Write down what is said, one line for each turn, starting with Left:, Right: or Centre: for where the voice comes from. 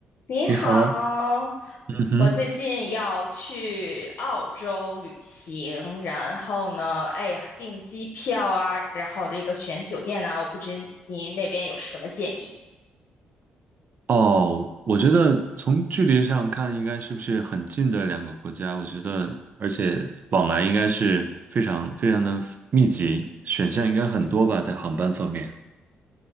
Left: 你好，
Right: 你好，嗯哼，
Left: 我最近要去澳洲旅行，然后呢，哎呀，订机票啊，然后这个选酒店呐，我不知您那边有什么建议？
Right: 哦，我觉得从距离上看，应该是不是很近的两个国家？我觉得，而且往来应该是非常非常的密集，选项应该很多吧，在航班方面。